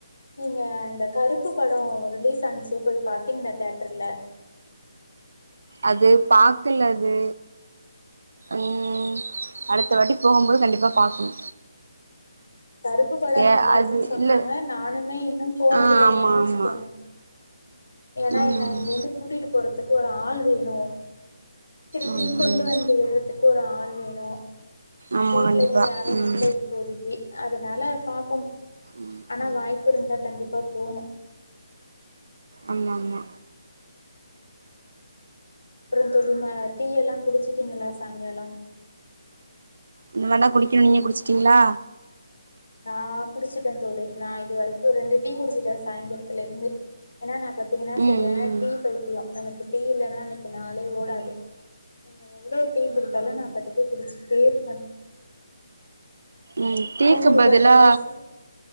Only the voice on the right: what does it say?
அது பாக்கலது ம் அடுத் தவாட்டி போம்போது கண்டிப்பா பாக்கணு
தே
அது
இல்ல
ஆ ஆமா
ஆமா
ம்
ம்
ம்
ஆமா
கண்டிப்பா
ம்
ம்
ம்
ஆமா மா
இனிமேதா குடிக்கணு நீங்க குடிச்சிட்டீங்ளா
ம்
ம்
ம்
ம் ம்
ம் டீக்கு
பதிலா